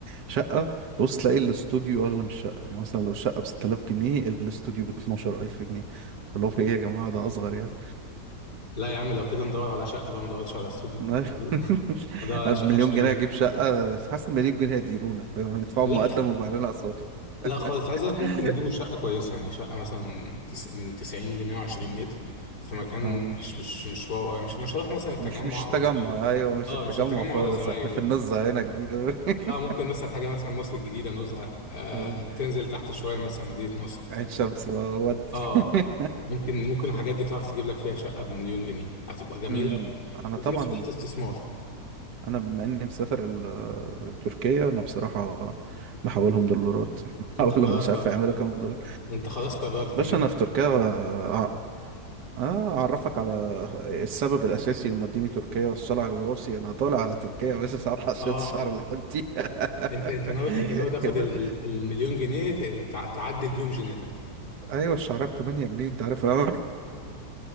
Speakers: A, on the right; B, on the left.
A: شقه تبص تلاقي الاستوديو اغلى من الشقه يعني مثلا لو الشقه ب 6000 جنيه الاستوديو ب 12000 جنيه اللي هو في ايه يا جماعه ده اصغر يعني
B: لا يا عم لو كده ندور على شقة بقى ما ندورش على استوديو
A: <laughs>
B: <laughs> ندور على
A: بمليون
B: شقة اشتريها
A: جنيه اجيب شقه حاسس المليون جنيه هيديرونا فاهم ندفعوا
B: لا
A: مقدم
B: خ-
A: ويبقى علينا اقساط
B: لا خالص عايز
A: <laughs>
B: اقولك ممكن يجيبوا شقة كويسة يعني شقة مثلا تس... من 90 ل 120 متر في مكان
A: اه
B: مش مش مش واو أوي. مش مش هروح مثلا التجمع
A: مش مش التجمع
B: او زايد
A: ايوه مش
B: اه
A: التجمع
B: مش التجمع
A: خالص
B: ولا زوايد
A: احنا في
B: يعني
A: النزهه هنا جديده <laughs>
B: اه ممكن مثلا حاجة مثلا مصر الجديدة نزهة آه
A: اه
B: تنزل تحت شوية مثلا مدينة نصر
A: عين شمس بقى ودي
B: اه
A: <laughs>
B: ممكن ممكن الحاجات دي تعرف تجيب لك فيها شقة بمليون جنيه هتبقى جميلة
A: أمم، انا
B: وفي
A: طبعا
B: نفس الوقت استثمار
A: انا بما اني مسافر ال- تركيا انا بصراحه بحولهم دولارات <laughs>
B: انت
A: بحولهم
B: خلاص
A: مش
B: قررت
A: عارف يعملوا كام دولار
B: انت خلاص قررت
A: باشا
B: ان انت
A: انا في تركيا اه آه، اعرفك على السبب الاساسي اللي موديني تركيا الصلع الوراثي انا طالع على تركيا بس ساعات حشيت
B: اه
A: الشعر اللي حلتي
B: انت انت
A: <laughs>
B: ناوي انت ناوي تاخد
A: كده
B: ال- ال- المليون جنيه ت- تع- تعدل بيهم جيناتك
A: ايوه الشعريه ب 8 جنيه انت عارف انا <laughs>